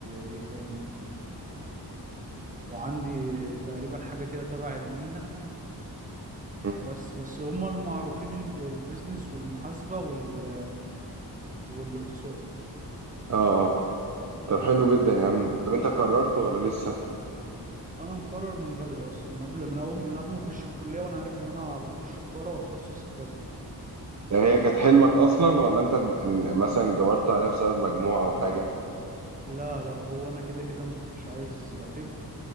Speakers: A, on the right; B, on the right.
A: ايه تاني وعندي تقريبا حاجة كده تبع المينا
B: مم.
A: بس بس هما المعروفين الب- البيزنس والمحاسبة وال والاقتصاد
B: آه آه طب حلو جدا يا عم
A: فاهمني
B: طب أنت قررت ولا لسه
A: انا مقرر من بدري اصلا من قبل من اول من قبل ما اخش الكلية وانا عارف ان انا بخش تجارة واتخصص في كذا
B: هي كانت حلمك اصلا ولا انت ج- إن مثلا جبرت عليها بسبب مجموعة او حاجة
A: لا لا هو انا كده كده ما كنتش عايز لا طب